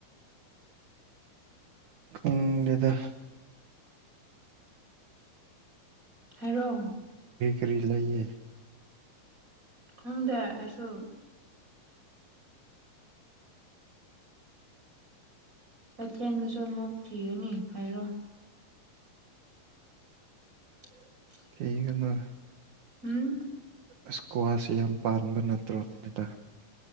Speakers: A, on the right (about 65°); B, on the right (about 20°).
A: ꯎꯗꯗ
B: ꯍꯥꯏꯔꯣ
A: ꯇꯔꯤ ꯂꯩꯌꯦ
B: ꯈꯪꯗꯦ ꯑꯩꯁꯨ ꯀꯩꯊꯦꯜꯗꯁꯨ ꯑꯃꯨꯛ ꯊꯤꯒꯅꯤ ꯍꯥꯏꯔꯣ ꯎ
A: ꯊꯒꯅ
B: ꯎꯝ
A: ꯏꯁꯀ꯭ꯋꯥꯁ ꯌꯥꯝ ꯄꯥꯟꯕ ꯅꯠꯇ꯭ꯔꯣ ꯃꯤꯅꯤꯗ